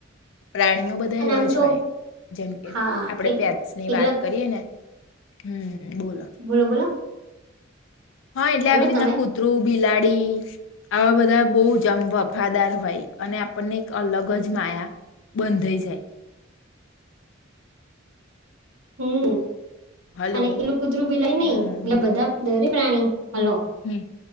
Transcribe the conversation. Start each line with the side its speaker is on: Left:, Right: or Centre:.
Left: પ્રાણીઓ બધ ધા
Right: અને
Left: એવા
Right: આમ
Left: જ
Right: તો
Left: હોય. જેમ કે
Right: હા
Left: આપણેે
Right: એક
Left: પેટ્સની
Right: એકલા
Left: વાત કરીએ ને હમ્મ બોલો.
Right: બોલો-બોલો.
Left: હા એટલે આવી
Right: તમે
Left: રીતના કૂતરું, બિલાડી આવા બધા બોવ જ આમ વફાદાર હોય. અને આપણને એક અલગ જ માયા બંધાઈ જાય.
Right: હમ્મ.
Left: હલો
Right: અને એલું કૂતરું બિલાય નહીં.
Left: હમ
Right: મતલબ બધા દરેક પ્રાણી, હલો.
Left: હમ્મ.